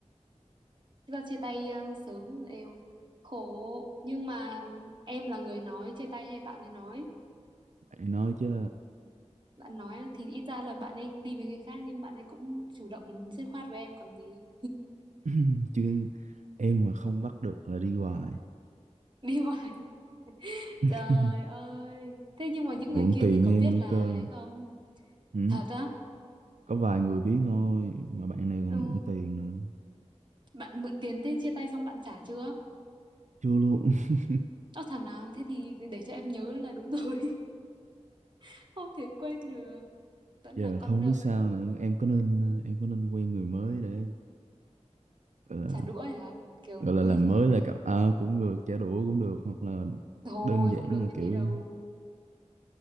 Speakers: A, on the right; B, on the right.
A: do chia tay ờ, sớm eo khổ nhưng mà em là người nói chia tay hay bạn ấy nói
B: bạn nói chứ
A: bạn nói á, thì ít ra là bạn ấy đi với người khác nhưng bạn ấy cũng chủ động dứt khoát với em còn gì
B: <clears throat> chứ em mà không bắt được là đi hoài
A: đi hoài <laughs>
B: <laughs>
A: trời ơi thế nhưng mà
B: còn
A: những
B: mượn
A: người kia
B: tiền
A: thì có
B: em
A: biết
B: nữa
A: là
B: cơ
A: ấy không
B: ừ.
A: thật á
B: có vài người biết thôi mà bạn này còn
A: ừ.
B: bận tiền nữa
A: bạn mượn tiền thế chia tay xong bạn trả chưa
B: chưa luôn <laughs>
A: Ơ thằng nào thế thì để cho em nhớ là đúng rồi <laughs> không thể quên được vẫn
B: giờ
A: là con
B: không
A: nợ
B: biết sao nữa em có nên ờ, em có nên quen người mới để gọi là,
A: trả đũa ấy hả kiểu
B: gọi là
A: <laughs>
B: làm mới lại cảm à, cũng được trả đũa cũng được hoặc là
A: thôi
B: đơn giản
A: không được
B: là
A: như
B: kiểu
A: thế đâu